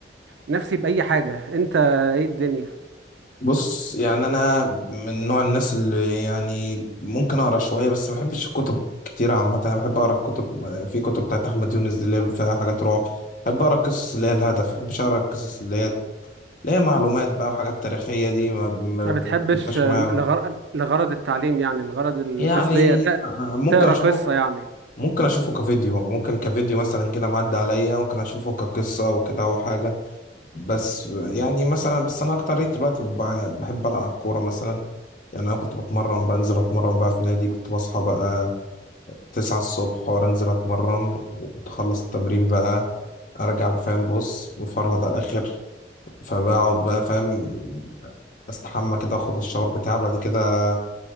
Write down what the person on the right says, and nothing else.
نفسي باي حاجة انت ايه الدنيا
ما بتحبش
لغر...
لغرض التعليم يعني لغرض التسلية
ت-
تقرا
قصة يعني